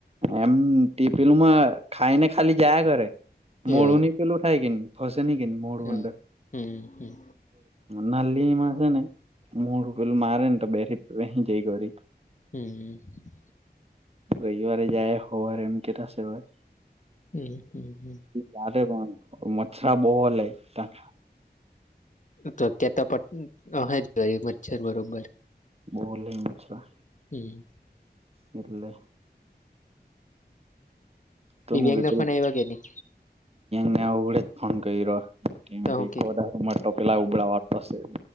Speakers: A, on the right (about 35°); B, on the left (about 45°).
A: એમ ટી પલુંમાં ખાયને ખાલી જાય કરે મળુની
B: એવું
A: પલું ખાયકી ન ફશે ન કે મોળ
B: હા
A: હંદર
B: હમ હમ
A: નાલી માસે ને મોઢું પેલું મારે ને તો બેરી હ જઈ કરી.
B: હમ
A: રવિવારે જાય હોર એમ કેતા છે ભાઈ
B: હમ હમ હમ.
A: <unintelligible> પણ મચ્છરા બહો લે હ-
B: તોત્યાં તો પ હ જરી મચ્છર બરોબર.
A: બોલે મચ્છાર
B: હમ.
A: એટલે. તો
B: દિવ્યાંગ
A: હું ક
B: ના
A: ત
B: ફોન આવ્યા કે નહી
A: ને આવડે જ ફોન કર્યો કેમ
B: તો
A: કે
B: હું
A: ખોટા ટોપીલા ઉભડાા વાટતોશે